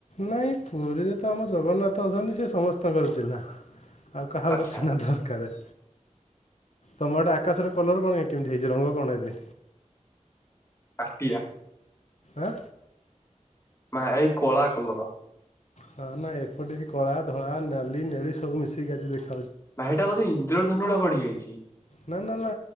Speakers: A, on the left; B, on the left.
A: ନାଇଁ ପୁରୀରେ ତ ଆମ ଜଗନ୍ନାଥ ଅଛନ୍ତି ସିଏ ସମସ୍ତଙ୍କର ଚିହ୍ନା। ଆଉ କାହାକୁ
B: ଆଚ୍ଛା।
A: ଚିହ୍ନା ଦରକାର। ତୋମ ଆଡ଼େ ଆକାଶର କଲର୍ କଣ କେମିତି ହେଇଚି ରଙ୍ଗ କଣ ଏବେ?
B: ମାଟିଆ।
A: ଆଁ?
B: ମା ଏଇ କଳା କଲର୍।
A: ହଁ ନା ଏପଟେ ବି କଳା, ଧଳା, ନାଲି, ନେଳି ସବୁ ମିଶିକି ଆଜି ଦେଖା
B: ଭାଇ ସେଟା ବୋଧେ ଇନ୍ଦ୍ରଧନୁ ଟା ପଡିିଯାଇଛି।
A: ନା, ନା, ନା।